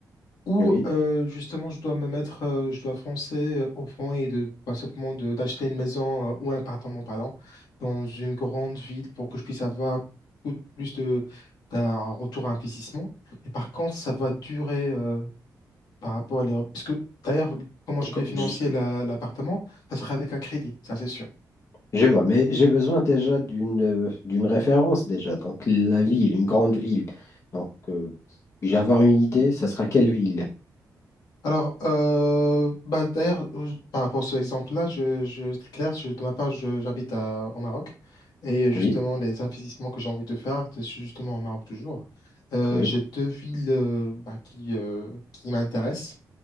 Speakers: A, on the left; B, on the left.
A: Ou
B: oui.
A: euh, justement, je dois me mettre, euh, je dois foncer euh, au fond et de, pas simplement de, d'acheter une maison euh, ou un appartement, pardon, dans une grande ville pour que je puisse avoir beaucoup de- plus de, d'un retour à investissement. Mais par contre, ça va durer euh, par rapport à l'Europe. Parce que d'ailleurs, comment je
B: Co-
A: vais financer
B: Je,
A: la- l'appartement, ça sera avec un crédit, ça c'est sûr.
B: Je vois, mais j'ai besoin déjà d'une euh, d'une référence déjà. Donc la ville, une grande ville. Donc euh, je vais avoir une idée, ça sera quelle ville?
A: Alors, euh, bah, d'ailleurs, euh, par rapport à cet exemple-là, je, je, c'est clair, je- de ma part, je- j'habite à- au Maroc. Et euh, justement,
B: Oui,
A: les investissements que j'ai envie de faire, c'est justement au Maroc toujours. Euh,
B: oui,
A: j'ai deux villes euh, bah, qui, euh, qui m'intéressent